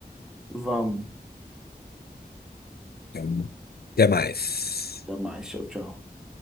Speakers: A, in the centre; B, on the left.
A: Vamos.
B: Então, até mais.
A: Até mais. Tchau, tchau.